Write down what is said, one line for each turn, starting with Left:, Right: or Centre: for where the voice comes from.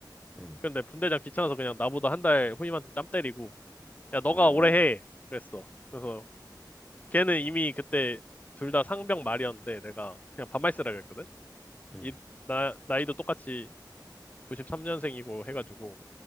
Centre: 응,
Left: 근데 분대장 귀찮아서 그냥 나보다 한 달 후임한테 짬 때리고, 야, 너가
Centre: 어,
Left: 오래 해. 그랬어. 그래서 걔는 이미 그때 둘 다 상병 말이었는데, 내가 그냥 반말 쓰라 그랬거든?
Centre: 응,
Left: 이, 나, 나이도 똑같이 93년생이고 해가지고,